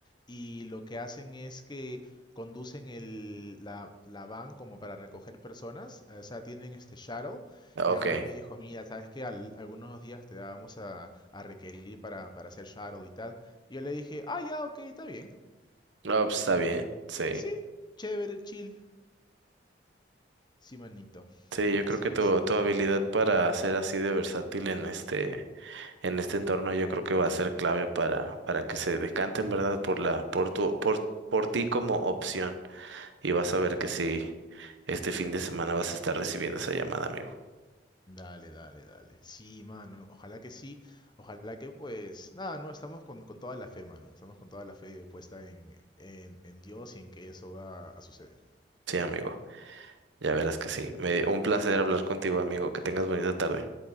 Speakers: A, on the left; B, on the right.
A: y lo que hacen es que conducen el, la, la van como para recoger personas, o sea, tienen este shuttle
B: ok.
A: y ahora me dijo, mira, ¿sabes qué? Al- algunos días te vamos a, a requerir para, para hacer shuttle y tal. Y yo le dije, ah, ya, ok, está bien.
B: No, pues está bien, sí.
A: Sí, chévere, chill. Sí, manito,
B: Sí, yo
A: así
B: creo que tu,
A: es.
B: tu habilidad para ser así de versátil en este, en este entorno, yo creo que va a ser clave para, para que se decanten, ¿verdad? Por la, por tu, por, por ti como opción. Y vas a ver que sí, este fin de semana vas a estar recibiendo esa llamada, amigo.
A: Dale, dale, dale. Sí, mano, ojalá que sí, ojalá que pues, nada, no, estamos con, con toda la fe, mano, estamos con toda la fe puesta en, en, en Dios y en que eso va a suceder.
B: Sí, amigo. Ya verás que sí. Me, un placer hablar contigo, amigo. Que tengas bonita tarde.